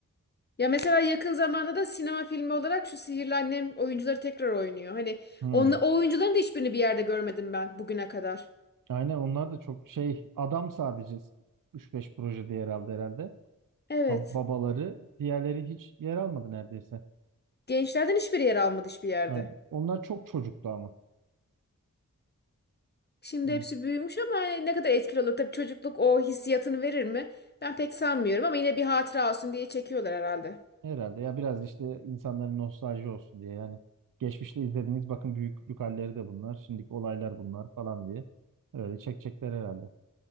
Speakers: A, on the left; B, on the right.
A: Ya mesela yakın zamanda da sinema filmi olarak şu Sihirli Annem oyuncuları tekrar oynuyor. Hani
B: Hmm.
A: onla, o oyuncuların da hiçbirini bir yerde görmedim ben bugüne kadar.
B: Aynen onlar da çok şey adam sadece üç beş projede yer aldı herhalde.
A: Evet.
B: Ba- babaları diğerleri hiç yer almadı neredeyse.
A: Gençlerden hiçbir yer almadı hiçbir yerde.
B: Ha, Onlar çok çocuktu ama.
A: Şimdi
B: Yani
A: hepsi büyümüş ama hani ne kadar etkili olur. Tabii çocukluk o hissiyatını verir mi? Ben pek sanmıyorum ama yine bir hatıra olsun diye çekiyorlar herhalde.
B: herhalde ya biraz işte insanların nostalji olsun diye yani geçmişte izlediğiniz bakın büyüklük halleri de bunlar. Şimdiki olaylar bunlar falan diye öyle çekecekler herhalde.